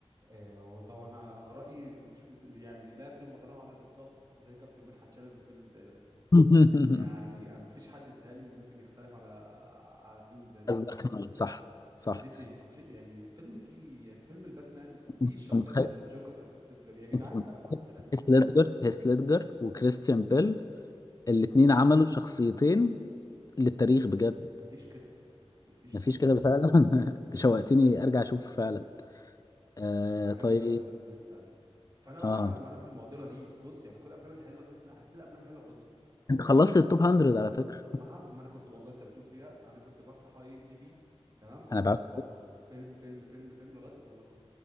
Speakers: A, on the right; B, on the left.
A: آه، وده انا انا رايي مش مت... يعني لا قيمه له على الاطلاق زي كابتن مدحت شلبي في فيلم زي ده
B: <laughs>
A: يعني ما فيش حد متهيألي ممكن يختلف على على فيلم زي ده
B: دارك نايت صح صح
A: شخصيتي شخصية يعني فيلم فيه يعني فيلم الباتمان وفيه
B: انت
A: الشخصيه
B: متخيل-
A: بتاعت الجوكر بتاعت هيث ليدجر يا جدعان
B: انت متخيل
A: بقى مع السلامه
B: هيث ليدجر هيث ليدجر وكريستيان بيل الاتنين عملوا شخصيتين للتاريخ بجد
A: ما فيش كده ما فيش
B: مفيش
A: كده
B: كده فعلا <laughs> انت شوقتني ارجع اشوفه فعلا آه
A: عجبني
B: طيب
A: قوي ذا دارك نايت فعلا فانا بقى
B: اه
A: ما انا في المعضله دي بص يعني كل الافلام الحلوه تحس ان حسيت إن الافلام الحلوه خلصت
B: انت خلصت التوب 100 على فكرة
A: طب ما هعمل ما انا كنت والله انت بتقول فيها انا كنت بفتح اي ام دي بي تمام
B: انا بعرف
A: وأخ... فيلم فيلم فيلم فيلم لغايه ما خلصت